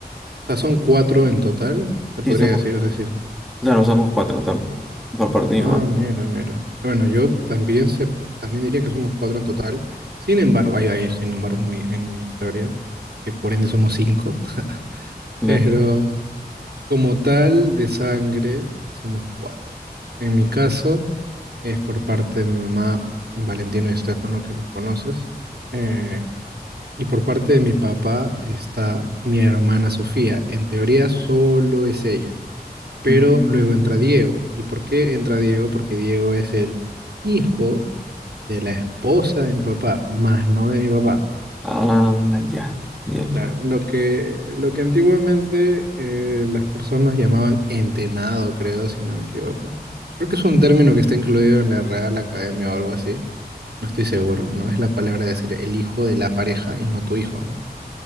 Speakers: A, on the right (about 70°); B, in the centre.
A: O sea, son cuatro en total, se podría
B: Sí, somos
A: decir, es decir.
B: Claro, usamos cuatro también. Por parte de
A: Ah,
B: mi mamá.
A: mira, mira. Bueno, yo también se, también diría que somos cuatro en total. Sin embargo, hay, hay, sin embargo, en mi, en mi historia, que por ende somos cinco, <laughs>
B: Claro.
A: pero como tal de sangre somos cuatro. En mi caso es por parte de mi mamá, Valentino y Estefano, que los conoces. Eh, y por parte de mi papá está mi hermana Sofía. En teoría solo es ella. Pero
B: Mm.
A: luego entra Diego. ¿Y por qué entra Diego? Porque Diego es el hijo de la esposa de mi papá, más no de mi papá.
B: Ah, ya. Ya,
A: Claro,
B: ya.
A: lo que, lo que antiguamente eh, las personas llamaban entenado, creo, si no me equivoco. Creo que es un término que está incluido en la Real Academia o algo así. No estoy seguro, ¿no? Es la palabra de decir el hijo de la pareja y no tu hijo, ¿no?